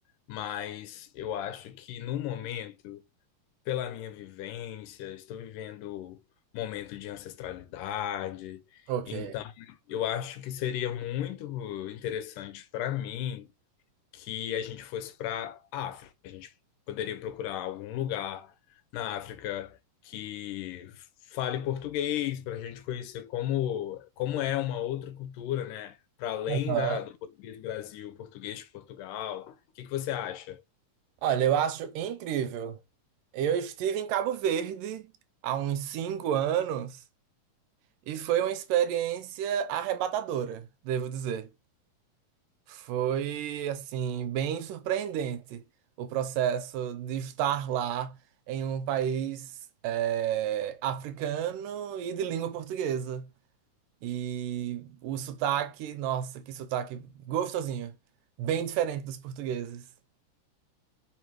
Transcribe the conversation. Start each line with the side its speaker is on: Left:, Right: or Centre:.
Left: mas eu acho que no momento, pela minha vivência, estou vivendo momento de ancestralidade,
Right: ok.
Left: então eu acho que seria muito interessante para mim que a gente fosse para a África. A gente poderia procurar algum lugar na África que fale português para a gente conhecer como, como é uma outra cultura, né? Para além
Right: Aham.
Left: da, do português do Brasil, português de Portugal. O que que você acha?
Right: Olha, eu acho incrível. Eu estive em Cabo Verde há uns cinco anos e foi uma experiência arrebatadora, devo dizer. Foi, assim, bem surpreendente o processo de estar lá em um país eh, africano e de língua portuguesa. E o sotaque, nossa, que sotaque gostosinho, bem diferente dos portugueses.